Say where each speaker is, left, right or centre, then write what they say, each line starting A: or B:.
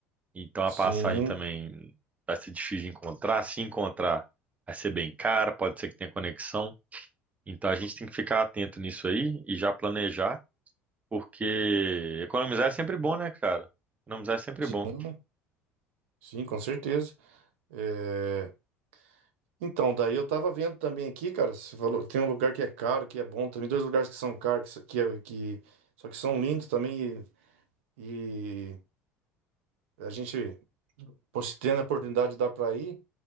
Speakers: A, on the right (about 20°); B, on the right (about 65°).
A: Então a
B: sim.
A: passagem também vai ser difícil de encontrar. Se encontrar, vai ser bem cara, pode ser que tenha conexão. Então a gente tem que ficar atento nisso aí e já planejar, porque economizar é sempre bom, né, cara? Economizar é sempre
B: sim.
A: bom.
B: Sim, com certeza. É, Então, daí eu tava vendo também aqui, cara, você falou, tem um lugar que é caro, que é bom também, dois lugares que são caros, que, só- que, é- que- só que são lindos também, e, e a gente, pô, se tendo a oportunidade de dar pra ir,